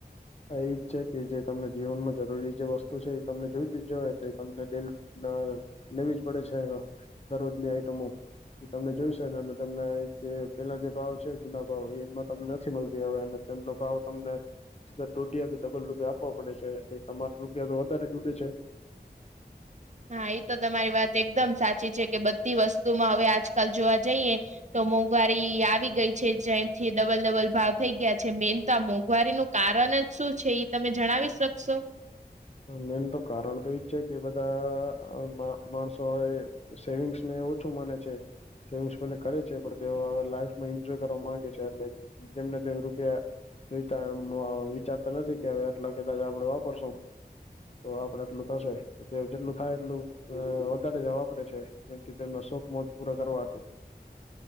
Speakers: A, on the left; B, on the right.
A: એ જ છે કે જે તમને જીવનમાં જરૂરી જે વસ્તુ છે એ તમને જોઈ ત જ જા એટલે તમનેે ના લેવી જ પડે છે દરરોજની આઈટમો એ તમને જોઈશે ને અને તમને પેલા જે ભાવ છે જૂના ભાવ એમાં તમને નથી મળતી હને તેમનો ભાવ તમને સીધા દોઢિયા થી ડબલ રૂપિયા આપવા પડે છે એટલે તમારે રૂપિયા તો વધારે જ ઉડે છે.
B: હા એ તો તમારી વાત એકદમ સાચી છે કે બધી વસ્તુમાં હવે આજકાલ જોવા જઈએ તો મોંઘવારી આવી ગઈ છે જ્યાંથી ડબલ ડબલ ભાવ થઈ ગયા છે મેન તો મોંઘવારીનું કારણ જ શું છે તમે જણાવી શકશો
A: મેન તો કારણ તો એજ છે કે બધા માણસો એ સેવિંગ્સને ઓછું મને છે. સેવિંગ્સલે કરે છે પણ તેઓ હવે લાઈફમાં એન્જોય કરવા માંગે છે એટલે જેમને તેમ રૂપિયા એ એમ વિચારતા નથી કે હવે આટલા કદાચ આપડે વાપરશું તો આપડે એટલું થશે તે જેટલું થાય એટલું અ વધારે જ વાપરે છે જેમ કે તેમના શોખ મોજ પૂરા કરવા હતું